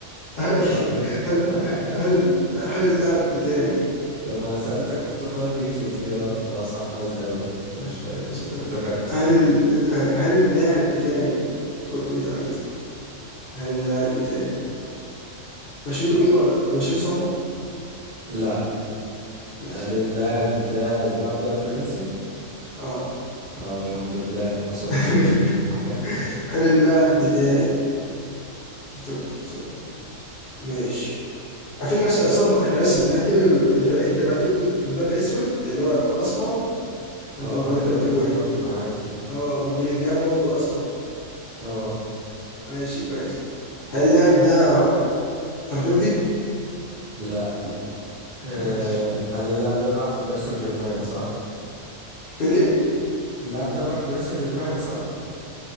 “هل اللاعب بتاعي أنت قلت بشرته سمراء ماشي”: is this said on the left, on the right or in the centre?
Left